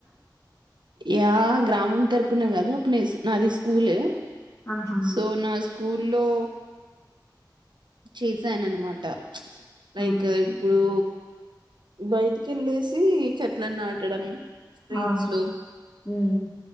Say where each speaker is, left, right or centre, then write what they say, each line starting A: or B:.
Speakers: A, on the right; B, on the left.
A: యా గ్రామం తరపున కాదు మీ నాది స్కూల్
B: ఆహా
A: సోనా స్కూల్ లో చేశానన్నమాట లైక్
B: ఆ
A: ఇప్పుడు బయటికి వెళ్ళేసి చెట్లను నాటడం స్ట్రీట్స్
B: ఆ
A: లో
B: ఉం